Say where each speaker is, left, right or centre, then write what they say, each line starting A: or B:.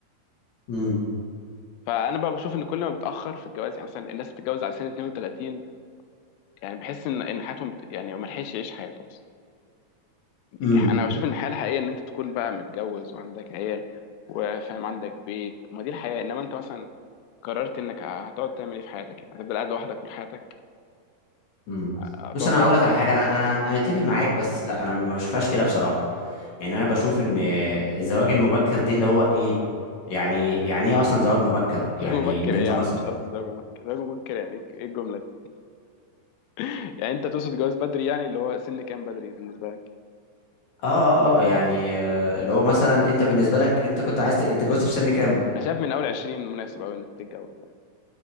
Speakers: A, on the left (about 55°); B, on the left (about 90°).
A: امم
B: فانا بقى بشوف ان كل ما بتاخر في الجواز يعني مثلا الناس بتتجوز على سن 32 يعني بحس ان ان حياتهم بت- يعني ما لحقش يعيش حياته
A: امم
B: انا بشوف ان الحياه الحقيقيه ان انت تكون بقى متجوز وعندك عيال وفاهم عندك بيت ما دي الحياه انما انت مثلا قررت انك هتقعد تعمل ايه في حياتك يعني هتفضل قاعد لوحدك طول حياتك
A: امم
B: هتقعد
A: بص انا
B: بلد
A: هقول لك على حاجه انا انا أنا متفق معاك بس لا انا ما بشوفهاش كده بصراحه يعني انا بشوف ان الزواج المبكر دي اللي هو ايه يعني يعني ايه اصلا زواج مبكر يعني
B: زواج مبكر
A: ان انت
B: ايه يا
A: مثلا
B: عم مش قصدي زواج مبكر زواج مبكر يعني ايه إيه الجمله دي <laughs> يعني انت تقصد جواز بدري يعني اللي هو سن كام بدري بالنسبه لك
A: اه اه اه يعني آه، اللي هو مثلا انت بالنسبه لك انت كنت عايز تتجوز في سن كام
B: انا شايف من اول 20 مناسب قوي انك تتجوز يعني.